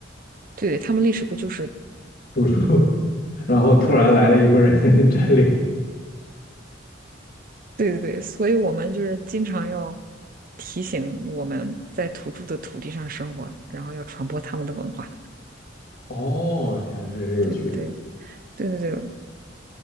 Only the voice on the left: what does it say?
<laughs> 土著，<laughs> 然后突然来了一波人 <laughs> 占领。
哦，天，真是有趣。